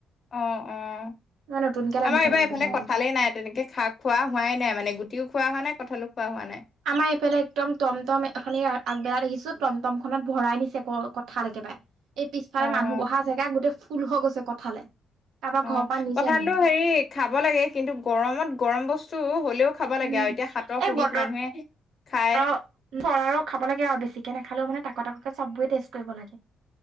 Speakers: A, on the left; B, on the right.
A: অ', অ'।
B: ইমান নতুনকে লাগিছে
A: আমাৰ এইবাৰ
B: মানে
A: এফালে
B: কঁঠালজোপা।
A: কঁঠালেই নাই, তেনেকে খা-খোৱাই হোৱা নাই মানে, গুটিও খোৱা হোৱা নাই, কঁঠালো খোৱা হোৱা নাই।
B: আমাৰ এইফালে একদম টমটম, অথনি আগবেলা দেখিছোঁ, টমটমখনত ভৰাই নিছে কল-কঁঠাল একে বাৰে, এই পিছফালে
A: অ'
B: মানুহ বহা জেগাত গোটেই ফুল হৈ গৈছে কঁঠালে। কাৰোবাৰ
A: অ',
B: ঘৰৰ পৰা নিছে
A: কঁঠালটো
B: মানে।
A: হেৰি খাব লাগে, কিন্তু গৰমত, গৰম বস্তু হ'লেও খাব
B: উম,
A: লাগে আৰু এতিয়া হাতৰ
B: এই
A: সুধিত
B: বতৰৰ
A: মানুহে খাই
B: আৰু <unintelligible> খাব লাগে আৰু বেছিকৈ নাখালেও মানে, তাক-তাককে চববোৰে টেষ্ট কৰিব লাগে।